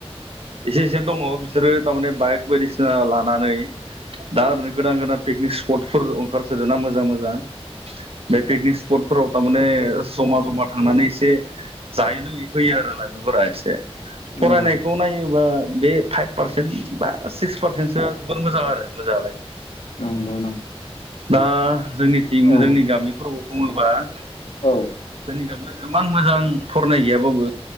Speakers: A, on the right; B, on the left.
A: एसे एसे दङ बिसोरो थारमाने बाइक बायदिसिना लानानै दा ओरैनो गोदाव गोदान पिकनिक स्पटफोर ओंखारसोदो ना मोजां मोजां बे पिकनिक स्पटफोराव थामाने जमा जमा थांनानै एसे जायै लोङै फैयो आरो लाइमोनफोरा एसे फरायनायखौ
B: औ
A: नायोबा बे फाइभ पारसेन्ट बा सिक्स पारसेन्टसो जोबोर मोजां आरो मोजाङलाय
B: नोंगौ
A: दा जोंनिथिं
B: औ
A: जोंनि गामिफोरखौ बुङोबा जोंनि
B: औ
A: गाबो इमान मोजां फरायनाय गैयाबाबो